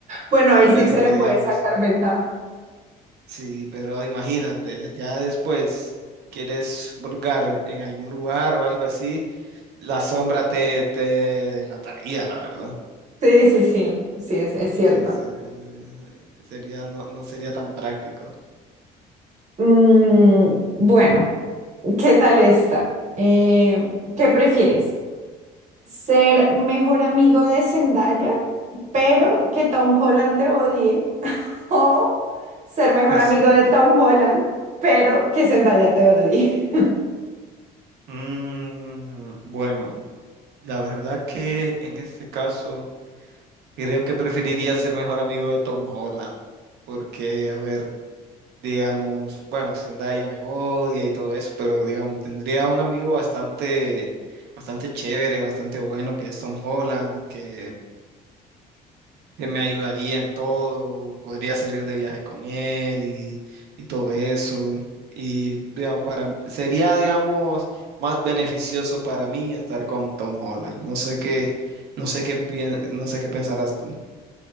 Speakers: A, on the right (about 45°); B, on the right (about 75°).
A: Bueno, ahí
B: pero
A: sí se le puede
B: digamos,
A: sacar ventaja.
B: sí, pero imagínate, ya después quieres hurgar en algún lugar o algo así, la sombra te, te delataría, la verdad.
A: Sí, sí, sí, sí, es, es cierto.
B: Sí, sí, sí, sí. Sería, no, no sería tan práctico.
A: Mm, bueno, ¿qué tal esta? Eh, ¿qué prefieres? ser mejor amigo de Zendaya, pero que Tom Holland te odie, <laughs> o ser mejor
B: <laughs>
A: amigo de Tom Holland, pero que Zendaya te odie.
B: Sí. Mm, bueno, la verdad que en este caso creo que preferiría ser mejor amigo de Tom Holland, porque, a ver, Digamos, bueno, Zendaya me odia y todo eso, pero digamos, tendría un amigo bastante, bastante chévere, bastante bueno, que es Tom Holland, que, que me ayudaría en todo, podría salir de viaje con él y, y todo eso. Y digamos, para, sería, digamos, más beneficioso para mí estar con Tom Holland. No sé qué, no sé qué, pien- no sé qué pensarás tú.